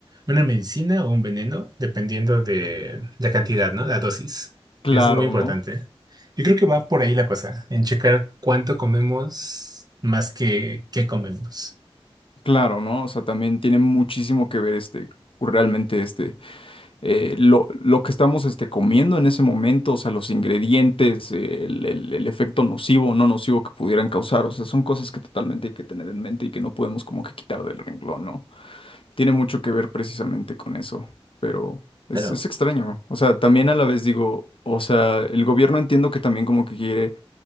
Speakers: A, on the right; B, on the left.
A: una medicina o un veneno, dependiendo de la cantidad, ¿no? La dosis,
B: Claro,
A: que eso es muy importante.
B: ¿no?
A: Yo creo que va por ahí la cosa, en checar cuánto comemos más que qué comemos.
B: Claro, ¿no? O sea, también tiene muchísimo que ver este, realmente este, eh, lo, lo que estamos este, comiendo en ese momento, o sea, los ingredientes, eh, el, el- el efecto nocivo o no nocivo que pudieran causar, o sea, son cosas que totalmente hay que tener en mente y que no podemos como que quitar del renglón, ¿no? tiene mucho que ver precisamente con eso, pero es,
A: Pero
B: es extraño. O sea, también a la vez digo, o sea, el gobierno entiendo que también como que quiere,